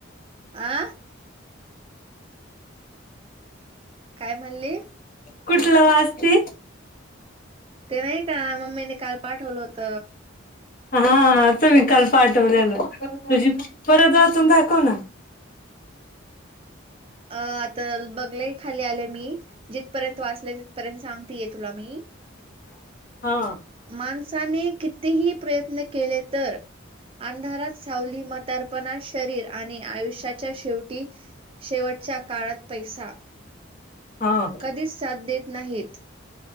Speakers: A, on the right; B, on the left.
A: अ? काय म्हणली?
B: कुठलं वाचती?
A: ते नाही का मम्मीने काल पाठवलं होत.
B: हा तुम्ही काल पाठवल्याल. तुझी परत वाचून दाखव ना.
A: अ आता बघलेय खाली आले मी. जिथपर्यंत वाचलेय तिथपर्यंत सांग. तिये तुला मी.
B: हा
A: माणसाने कितीही प्रयत्न केले तर अंधारात सावली म्हातारपणात शरीर आणि आयुष्याच्या शेवटी शेवटच्या काळात पैसा.
B: हा
A: कधीच साथ देत नाहीत.